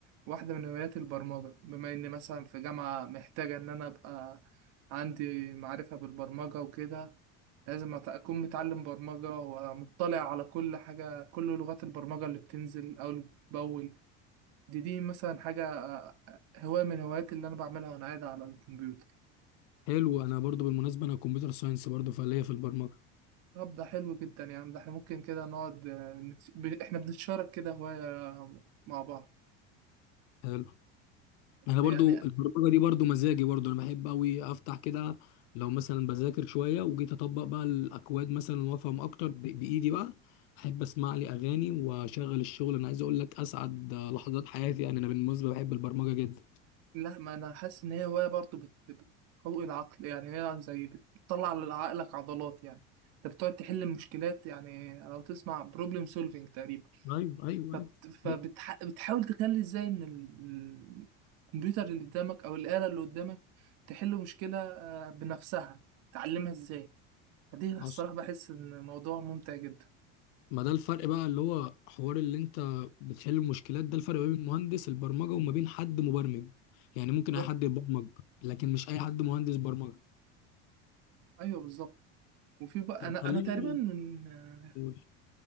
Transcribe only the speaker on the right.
واحدة من هواياتي البرمجة بما إني مثلا في جامعة محتاجة إن أنا أبقى عندي معرفة بالبرمجة وكده لازم أت- أكون متعلم برمجة ومطلع على كل حاجة كل لغات البرمجة اللي بتنزل أو اللي بتبول دي دي مثلا حاجة آه، هواية من هواياتي اللي أنا بعملها وأنا قاعد على الكمبيوتر
طب ده حلو جدا يعني ده احنا ممكن كده نقعد آه، نت- ب- احنا بنتشارك كده هواية آه، مع بعض
بس
يعني
لا ما أنا حاسس إن هي هواية برضه بت- بتقوي العقل يعني هي يعني زي بتطلع لعقلك عضلات يعني أنت بتقعد تحل مشكلات يعني لو تسمع بروبلم سولفينج تقريبا
فبت...
فبتحاول
تخلي ازاي ان ال- الكمبيوتر اللي قدامك او الآلة اللي قدامك تحل مشكلة آه، بنفسها تعلمها ازاي فدي أنا
الصراحة بحس ان موضوع ممتع جدا
بالظبط
ايوه بالظبط وفي بقى
انا
انا تقريبا من آه،